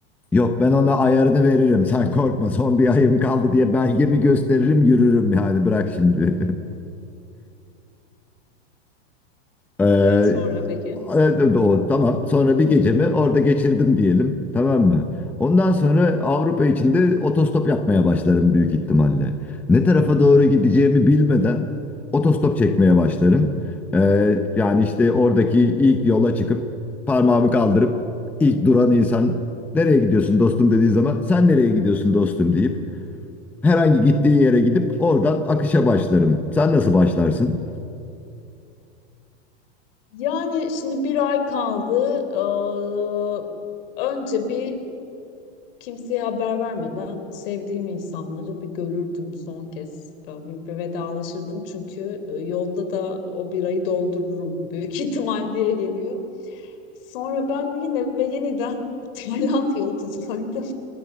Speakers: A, in the centre; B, on the left.
A: Yok ben ona ayarını veririm. Sen korkma son bir ayım kaldı diye belgemi gösteririm yürürüm yani bırak şimdi. <laughs> Ee,
B: Ve sonra peki?
A: evet, o, tamam sonra bir gecemi orada geçirdim diyelim tamam mı? Ondan sonra Avrupa içinde otostop yapmaya başlarım büyük ihtimalle. Ne tarafa doğru gideceğimi bilmeden otostop çekmeye başlarım. Ee, yani işte oradaki ilk yola çıkıp parmağımı kaldırıp ilk duran insan nereye gidiyorsun dostum dediği zaman sen nereye gidiyorsun dostum deyip Herhangi gittiği yere gidip oradan akışa başlarım. Sen nasıl başlarsın?
B: Yani şimdi bir ay kaldı. Ee, önce bir kimseye haber vermeden sevdiğim insanları bir görürdüm son kez. Ya Bir, bir vedalaşırdım çünkü e, yolda da o bir ayı doldururum <laughs> büyük ihtimal diye geliyor. Sonra ben yine ve yeniden <laughs> Tayland yolu tutardım.